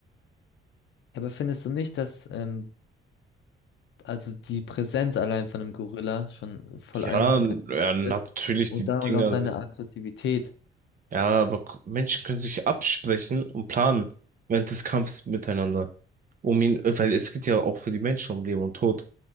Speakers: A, on the left (about 70°); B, on the right (about 45°).
A: Ja, Aber findest du nicht, dass ähm, also die Präsenz allein von einem Gorilla schon voll
B: Ja,
A: eingesetzt
B: n- ja, natürlich,
A: ist und
B: die
A: dann
B: Dinger
A: auch noch seine
B: sind.
A: Aggressivität?
B: Ja, aber gu- Menschen können sich absprechen und planen während des Kampfs miteinander. Um ihn, äh, weil es geht ja auch für die Menschen um Leben und Tod.